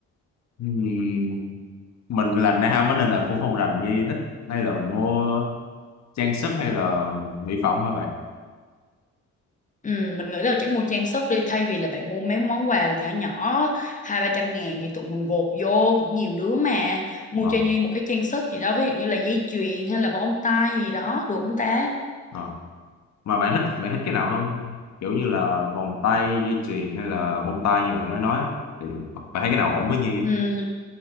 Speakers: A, on the left; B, on the left.
A: Ừm, mình là nam á nên là cũng không rành như thích hay là mình mua trang sức hay là mỹ phẩm hả bạn
B: Ừm, mình nghĩ là chắc mua trang sức đi thay vì là bạn mua mấy món quà nhỏ nhỏ hai ba trăm ngàn thì tụi mình gộp vô cũng nhiều đứa mà mua
A: ờ
B: cho Nhi một cái trang sức gì đó ví dụ như là dây chuyền hay là bông tai gì đó được không ta
A: ờ mà bạn thích bạn thích cái nào không kiểu như là vòng tay dây chuyền hay là bông tai như bạn mới nói á thì bạn thấy cái nào ổn với Nhi á?
B: Ừm,